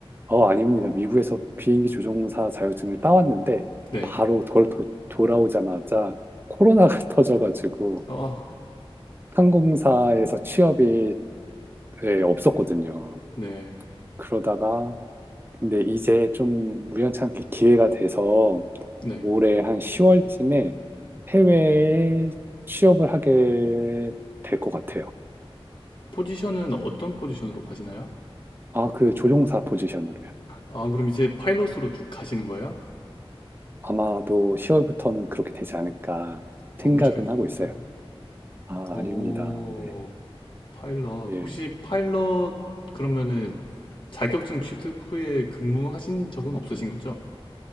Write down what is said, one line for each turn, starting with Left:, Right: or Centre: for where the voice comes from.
Right: 어, 아닙니다. 미국에서 비행기 조종사 자격증을 따왔는데
Left: 네.
Right: 바로 그걸 도- 돌아오자마자 코로나가 <laughs> 터져가지고
Left: 아,
Right: 항공사에서 취업이 예, 없었거든요.
Left: 네.
Right: 그러다가 근데 이제 좀 우연찮게 기회가 돼서
Left: 네.
Right: 올해 한 10월쯤에 해외에 취업을 하게 될 것 같아요.
Left: 포지션은 어떤 포지션으로 가시나요?
Right: 아, 그 조종사 포지션으로요.
Left: 아, 그럼 이제 파일럿으로 쭉 가시는 거예요?
Right: 아마도 10월부터는 그렇게 되지 않을까
Left: 너무
Right: 생각은
Left: 잘된
Right: 하고
Left: 것
Right: 있어요.
Left: 같아요.
Right: 아,
Left: 오,
Right: 아닙니다. 네.
Left: 파일럿.
Right: 예.
Left: 혹시 파일럿 그러면은 자격증 취득 후에 근무하신 적은 없으신 거죠?